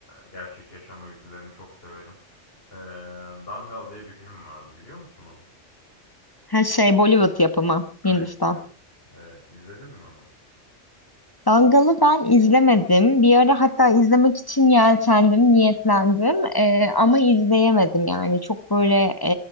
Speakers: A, on the left; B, on the left.
A: gerçek yaşam öykülerini çok severim. E, Dangal diye bir film vardı biliyor musun onu?
B: her şey Bollywood yapımı
A: Evet
B: Hindistan.
A: Bollywood. Evet izledin mi onu?
B: Dangal'ı ben izlemedim. Bir ara hatta izlemek için yeltendim, niyetlendim. E, ama izleyemedim yani. Çok böyle